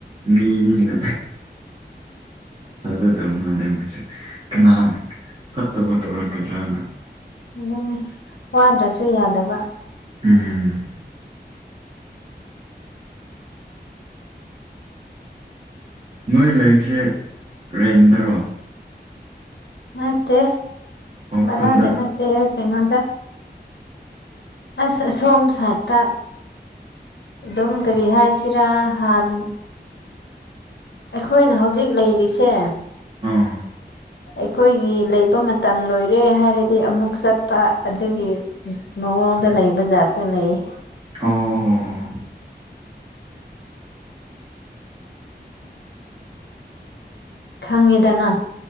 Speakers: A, on the right (about 30°); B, on the left (about 85°).
A: ꯃꯤꯅꯤꯅ ꯊꯥꯖꯗꯕ ꯃꯥꯜꯂꯦ ꯃꯣꯏꯁꯨ ꯀꯅꯥꯅ ꯐꯠꯇꯕ ꯇꯧꯔꯛꯀꯗ꯭ꯔꯅ
B: ꯑꯗꯨꯅꯤ ꯋꯥꯗ꯭ꯔꯁꯨ ꯌꯥꯗꯕ
A: ꯎꯝ ꯅꯣꯏ ꯂꯩꯕꯁꯦ ꯔꯦꯟꯠꯗꯔꯣ
B: ꯅꯠꯇꯦ
A: ꯑꯣ
B: ꯕꯥꯔꯥꯗ
A: ꯈꯨꯟꯗ
B: ꯅꯠꯇꯦ ꯀꯩꯅꯣꯗ ꯑꯁ ꯑꯁꯣꯝ ꯁꯥꯏꯠꯇ ꯑꯗꯨꯝ ꯀꯔꯤ ꯍꯥꯏꯁꯤꯔꯥ ꯍꯥꯟ ꯑꯩꯈꯣꯏꯅ ꯍꯧꯖꯤꯛ ꯂꯩꯔꯤꯁꯦ
A: ꯑꯥ
B: ꯑꯩꯈꯣꯏꯒꯤ ꯂꯩꯕ ꯃꯇꯝ ꯂꯣꯏꯔꯦ ꯍꯥꯏꯔꯗꯤ ꯑꯃꯨꯛ ꯆꯠꯄ ꯑꯗꯨꯒꯤ ꯃꯑꯣꯡꯗ ꯂꯩꯕ ꯖꯥꯠꯇꯣ ꯂꯩꯌꯦ
A: ꯑꯣ ꯑꯣ
B: ꯈꯪꯉꯦꯗꯅ